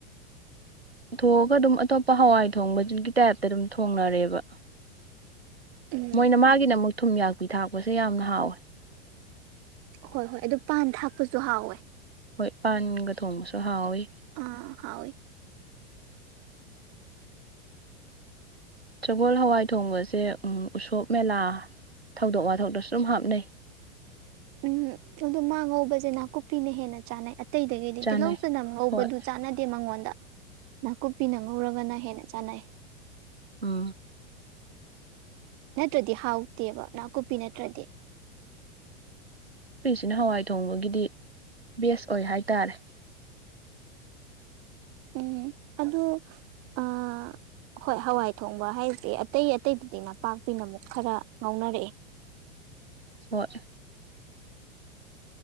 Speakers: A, on the right; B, on the right.
A: ꯊꯣꯛꯑꯒ ꯑꯗꯨꯝ ꯑꯇꯣꯞꯄ ꯍꯋꯥꯏ ꯊꯣꯡꯕꯗꯨꯒꯤ ꯇꯥꯏꯞꯇ ꯑꯗꯨꯝ ꯊꯣꯡꯅꯔꯦꯕ
B: ꯎꯝ
A: ꯃꯣꯏꯅ ꯃꯥꯒꯤꯅ ꯑꯃꯨꯛ ꯊꯨꯝ ꯌꯥꯛꯄꯤ ꯊꯥꯛꯄꯁꯦ ꯌꯥꯝꯅ ꯍꯥꯎꯋꯦ
B: ꯍꯣꯏ ꯍꯣꯏ ꯑꯗꯨ ꯄꯥꯟ ꯊꯥꯛꯄꯁꯨ ꯍꯥꯎꯋꯦ
A: ꯍꯣꯏ ꯏꯄꯥꯟꯒ ꯊꯣꯡꯕꯁꯨ ꯍꯥꯎꯋꯤ
B: ꯑꯥ ꯍꯥꯎꯣꯏ
A: ꯇꯕꯣꯜ ꯍꯋꯥꯏ ꯊꯣꯡꯕꯁꯦ ꯎꯁꯣꯞ ꯃꯦꯂꯥ ꯊꯧꯗꯣꯛ ꯋꯥꯊꯣꯛꯇꯁꯨ ꯑꯗꯨꯨꯝ ꯍꯥꯞꯅꯩ
B: ꯎꯝ ꯑꯗꯣ ꯃꯥ ꯉꯧꯕꯁꯦ ꯅꯥꯀꯨꯞꯄꯤꯅ ꯍꯦꯟꯅ ꯆꯥꯅꯩ ꯑꯇꯩꯗꯒꯤꯗꯤ
A: ꯆꯥꯅꯩ
B: ꯇꯤꯜꯍꯧ ꯆꯅꯝ ꯉꯧꯕꯗꯨ
A: ꯍꯣꯏ
B: ꯆꯥꯟꯅꯗꯦ ꯃꯉꯣꯟꯗ ꯅꯥꯀꯨꯞꯄꯤꯅ ꯉꯧꯔꯒꯅ ꯍꯦꯟꯅ ꯆꯥꯟꯅꯩ
A: ꯑ
B: ꯅꯠꯇ꯭ꯔꯗꯤ ꯍꯥꯎꯇꯦꯕ ꯅꯥꯀꯨꯞꯄꯤ ꯅꯠꯇ꯭ꯔꯗꯤ
A: ꯄꯤꯁꯤꯅ ꯍꯋꯥꯏ ꯊꯣꯡꯕꯒꯤꯗꯤ ꯕꯦꯁ ꯑꯣꯏ ꯍꯥꯏꯇꯥꯔꯦ
B: ꯎꯝ ꯑꯗꯨ ꯑ ꯍꯣꯏ ꯍꯋꯥꯏ ꯊꯣꯡꯕ ꯍꯥꯏꯁꯦ ꯑꯇꯩ ꯑꯇꯩꯗꯗꯤ ꯅꯄꯥꯛꯄꯤꯅ ꯑꯃꯨꯛ ꯈꯔ ꯉꯥꯎꯅꯔꯛꯑꯦ
A: ꯍꯣꯏ